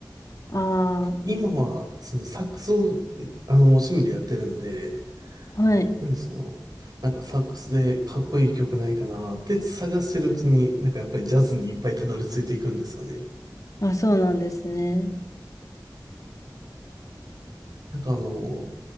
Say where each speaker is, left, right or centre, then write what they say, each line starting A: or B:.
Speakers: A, on the left (about 45°); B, on the right (about 60°).
A: あ
B: 今は、そのサックスを、えあの、趣味でやってるんで、
A: あ、はい。
B: なんでその、なんかサックスでかっこいい曲ないかなって探してるうちに、なんかやっぱりジャズにいっぱいたどり着いていくんですよね。
A: あ、そうなんですね。
B: なんかあの、